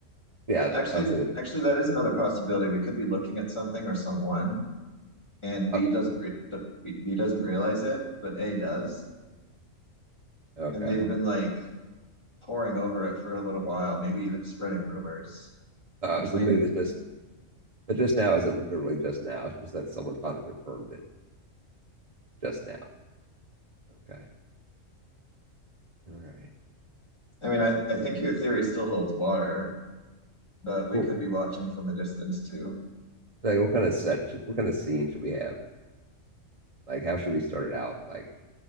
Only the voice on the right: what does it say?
yeah.
I was thinking.
Oh,
okay.
Uh,
so the movie
that just that just now isn't literally just now. It's just that someone finally confirmed it just now. Okay. All right.
Well,
like, what kind of set should, what kind of scene should we have? Like, how should we start it out? Like,